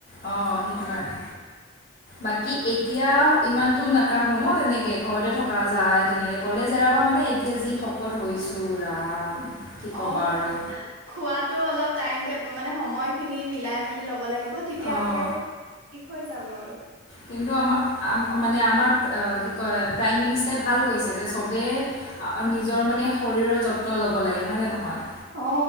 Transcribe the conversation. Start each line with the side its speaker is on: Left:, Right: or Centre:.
Left: অঁ সেইটো
Right: মানে
Left: কাৰণে বাকী এতিয়া ইমানতটো নাকাহো ন তেনেকৈ ঘৰতে থকা যায় তেনেকে কলেজ এৰাব মানে এতিয়া যি শকত হৈছোঁ ৰাম কি ক'বা
Right: অঁ
Left: আৰু
Right: খোৱাতো অলপ টাইম টে মানে সময়খিনি মিলাই মেলি ল'ব লাগিব তেতিয়া
Left: অঁ
Right: আকৌ ঠিক হৈ যাব আৰু
Left: কিন্তু আমাৰ মানে আমাৰ কি কয় প্ৰাইম মিনিষ্টাৰে ভাল কৈছে যে চবেই নিজৰ মানে শৰীৰৰ যত্ন ল'ব লাগে হয়নে নহয়
Right: অ